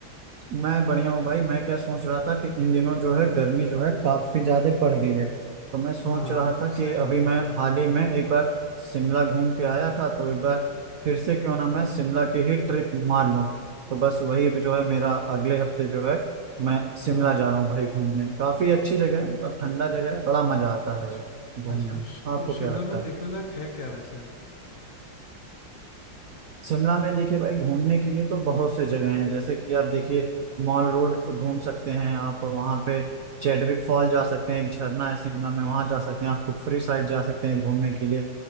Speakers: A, on the right; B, on the left.
A: मैं बढ़िया हूँ भाई मैं क्या सोच रहा था कि इन दिनों जो है गर्मी जो है काफी ज्यादा बढ़ गई है तो मैं सोच
B: हाँ
A: रहा था
B: सही
A: कि अभी
B: बात
A: मैं
B: है
A: हाल ही में एक बार शिमला घूम के आया था तो एक बार फिर से क्यों ना मैं शिमला की ही ट्रिप मार लूँ तो बस वही जो है मेरा अगले हफ्ते जो है मैं शिमला
B: हाँ
A: जा रहा हूँ भाई घूमने काफी अच्छी जगह है मतलब ठंडा जगह है बड़ा मजा आता
B: अच्छा
A: है वो घूमने
B: अच्छा
A: में
B: श-
A: आपको
B: तो
A: क्या
B: शिमला
A: लगता
B: में देखने
A: है
B: लायक है क्या वैसे
A: शिमला में देखिए भाई घूमने के लिए तो बहुत से जगह हैं जैसे कि आप देखिए मॉल रोड घूम सकते हैं आप वहाँ पे चैडविक फॉल जा सकते हैं एक झरना है शिमला में वहाँ जा सकते हैं आप कुफरी साइड जा सकते हैं घूमने के लिए